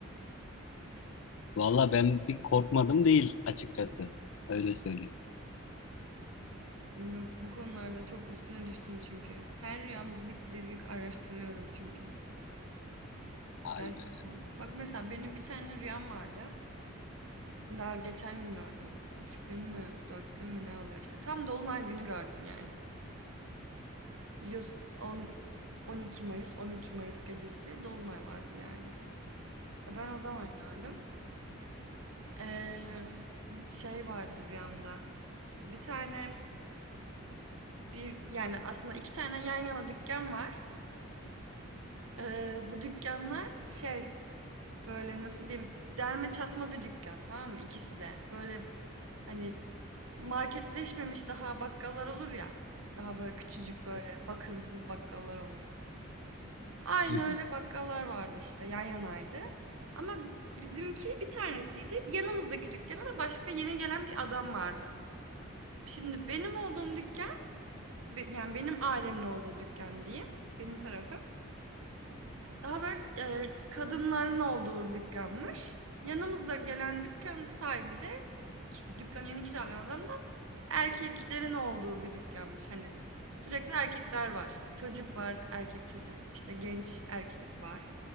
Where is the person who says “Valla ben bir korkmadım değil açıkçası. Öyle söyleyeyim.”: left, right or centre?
Left